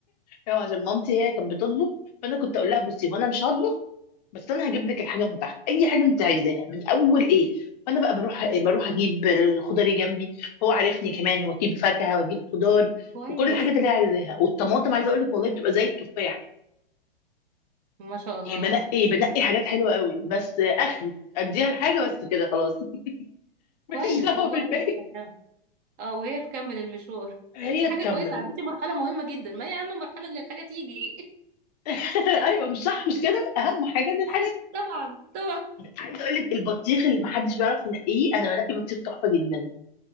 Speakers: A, on the left; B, on the right.
A: أيوة عشان مامتي هي كانت بتطبخ فانا كنت اقول لها بصي هو انا مش هطبخ بس انا هجيب لك الحاجه من تحت اي حاجه انت عايزاها من اول ايه فانا بقى بروح بروح اجيب الخضار اللي جنبي هو عارفني كمان واجيب فاكهه واجيب خضار
B: <laughs> كويس
A: وكل الحاجات اللي هي عايزاها والطماطم عايزه اقول لك والله بتبقى زي التفاح
B: ما شاء الله
A: يعني بنقي بنقي حاجات حلوه قوي بس اخري اديها الحاجه بس كده خلاص <laughs>
B: كويس
A: مفيش دعوه
B: والله
A: بالباقي
B: مقدرة. اه وهي تكمل المشوار
A: هي
B: لا، دي حاجه
A: تكمل
B: كويسه عديتي مرحله مهمه جدا ما هي اهم مرحله ان الحاجه تيجي
A: <laughs> ايوه مش صح مش كده اهم حاجه ان الحاجات
B: <laughs> طبعا طبعا
A: عايزه اقول لك البطيخ اللي محدش بيعرف ينقيه انا بنقي بطيخ تحفه جدا